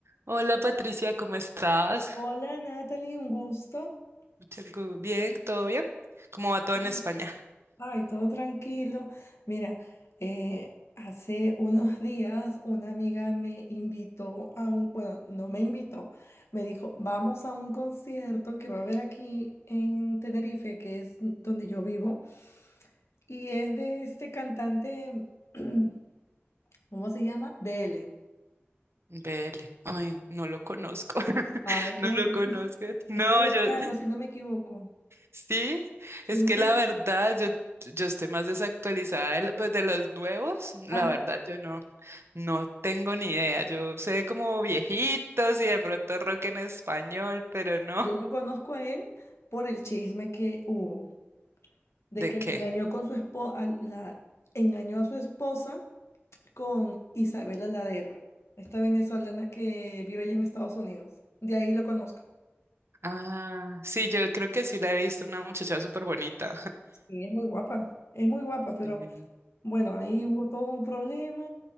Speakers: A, on the right; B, on the left.
A: Hola Patricia, ¿cómo estás?
B: Hola Natalie, un gusto.
A: Mucho gu- Bien, ¿todo bien? ¿Cómo va todo
B: Mm.
A: en España?
B: Ay, todo tranquilo. Mira, eh, hace unos <laughs> días una amiga me invitó a un, bueno, no me invitó, me dijo, vamos a un concierto que va a haber aquí en Tenerife, que es donde yo vivo, y es de este cantante, <clears throat> ¿cómo se llama? BL.
A: Vele, ay, no lo conozco, <laughs>
B: Ay, como
A: no lo
B: que
A: conozco. No,
B: es colombiano,
A: yo,
B: si no me equivoco.
A: sí,
B: Sí.
A: es que la verdad, yo, yo estoy más desactualizada de, lo- pues, de los nuevos, la
B: Ajá.
A: verdad, yo no, no tengo ni idea. Yo sé como viejitos y de pronto rock en español, pero no,
B: Yo lo conozco a él por el chisme que hubo, de
A: ¿de
B: que
A: qué?
B: le engañó con su esposa, la engañó a su esposa con Isabela Ladera, esta venezolana que vive allá en Estados Unidos. De ahí lo conozco.
A: Ah, sí, yo creo que sí la he visto, una muchacha súper bonita.
B: Sí, es muy guapa, es muy guapa, pero
A: <laughs>
B: bueno, ahí hubo todo un problema,